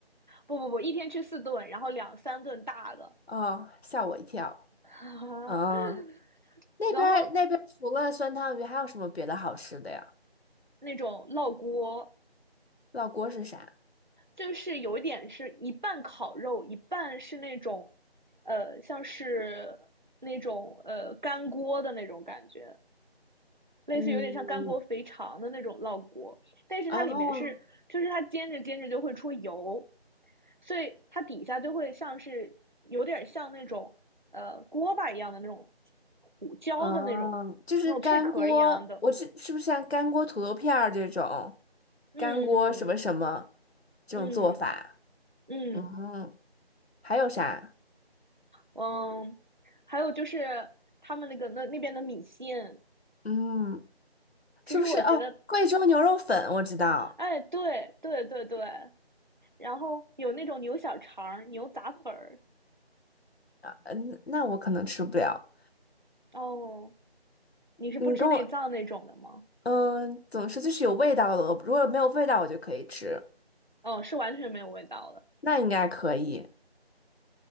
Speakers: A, on the right; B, on the left.
A: 不不不，一天吃四顿，然后两三顿大的，
B: 哦，吓我一跳，
A: <laughs>
B: 啊、那边儿那边儿除了酸汤鱼，
A: 然后
B: 还有什么别的好吃的呀？
A: 那种烙锅，
B: 烙锅是啥？
A: 就是有一点是一半烤肉，一半是那种，呃，像是那种呃干锅的那种感觉，类似有点像干锅肥肠的那种烙锅，
B: 嗯，
A: 但是它里面是，
B: 哦
A: 就是它煎着煎着就会出油，所以它底下就会像是有点像那种呃锅巴一样的那种糊焦的那种那种脆壳一样的，
B: 哦，就是干锅，我是是不是像干锅土豆片儿这种，
A: 嗯
B: 干锅什么什么这种做法？
A: 嗯嗯
B: 嗯哼，还有啥？
A: 嗯，还有就是他们那个那那边的米线，
B: 嗯，
A: 其实我觉得，
B: 是不是？哦，贵州牛肉粉我知道，
A: 哎，对对对对，然后有那种牛小肠儿、牛杂粉儿，
B: 嗯，那我可能吃不了。
A: 哦。你是不吃内脏那种的吗？
B: 你跟我，嗯，怎么说？就是有味道的，如果没有味道我就可以吃，
A: 嗯，是完全没有味道的。
B: 那应该可以。